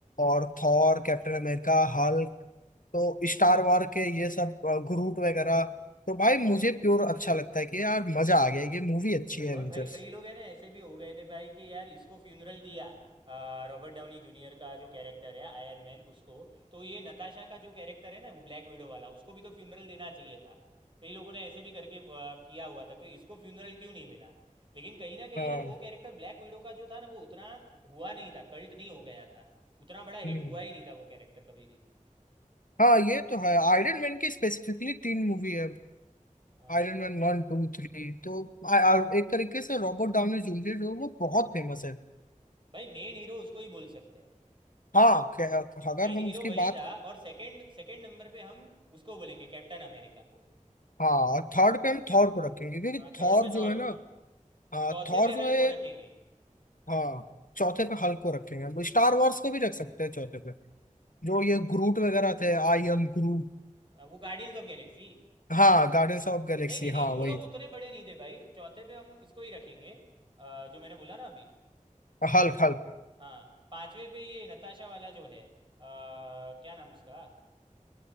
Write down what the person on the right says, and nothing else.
और
भाई कई लोग हैं ना ऐसे भी हो गए थे भाई कि यार इसको फ्यूनरल दिया आ, रॉबर्ट डाउनी जूनियर का जो कैरेक्टर है आयरन मैन उसको तो ये नताशा का जो कैरेक्टर है ना वो ब्लैक विडो वाला उसको भी तो फ्यूनरल देना चाहिए था कई लोगों ने ऐसे भी करके आ, किया हुआ था कोई इसको फ्यूनरल क्यों नहीं मिला लेकिन कहीं ना कहीं
यार वो कैरेक्टर ब्लैक विडो का जो था ना वो उतना हुआ नहीं था कल्ट नहीं हो गया था उतना बड़ा
हिट हुआ ही नहीं था वो कैरेक्टर कभी भी
हाँ
भाई मेन हीरो उसको ही बोल सकते हैं
मेन हीरो
वही
था और सेकंड सेकंड नंबर पे हम उसको बोलेंगे कैप्टन अमेरिका को
हाँ थर्ड
पे
थॉर
को
चौथे
पे
हल्क
को रखेंगे
आ, वो गार्डियंस ऑफ गैलेक्सी
नहीं नहीं नहीं
वो
लोग उतने बड़े नहीं थे भाई चौथे पे हम उसको ही रखेंगे आ, जो मैंने बोला ना अभी
हाँ पांचवे पे ये नताशा वाला जो है आ, क्या नाम उसका